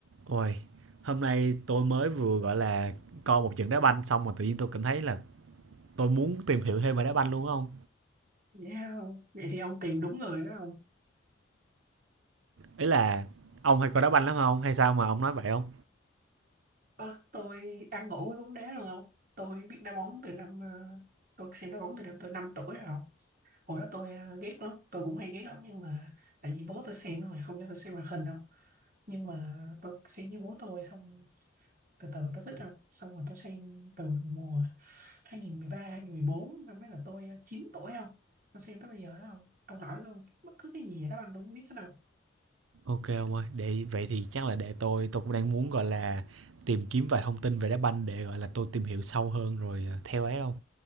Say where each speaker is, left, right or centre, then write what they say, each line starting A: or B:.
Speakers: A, on the right; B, on the right.
A: Ôi, hôm nay tôi mới vừa, gọi là, coi một trận đá banh xong mà tự nhiên tôi cảm thấy là tôi muốn tìm hiểu thêm về đá banh luôn không ông.
B: Vậy hả ông? Vậy thì ông tìm đúng người đó không?
A: Ý là ông hay coi đá banh lắm không Hay sao mà ông nói vậy không
B: Ơ, tôi ăn ngủ với bóng đá luôn không? Tôi biết đá bóng từ năm... ờ, tôi xem đá bóng từ năm tôi 5 tuổi rồi không? Hồi đó tôi ờ, ghét lắm, tôi cũng hay ghét lắm nhưng mà... Tại vì bố tôi xem rồi, không cho tôi xem màn hình đâu. Nhưng mà tôi xem với bố tôi xong từ từ tôi thích không? Xong rồi tôi xem từ mùa 2013, 2014 năm ấy là tôi ờ, 9 tuổi không? Tôi xem tới bây giờ đó không? Ông hỏi tôi bất cứ cái gì vậy đó anh cũng biết hết không?
A: OK ông ơi, để vậy thì chắc là để tôi tôi cũng đang muốn, gọi là, tìm kiếm vài thông tin về đá banh để, gọi là, tôi tìm hiểu sâu hơn rồi, ờ, theo ấy không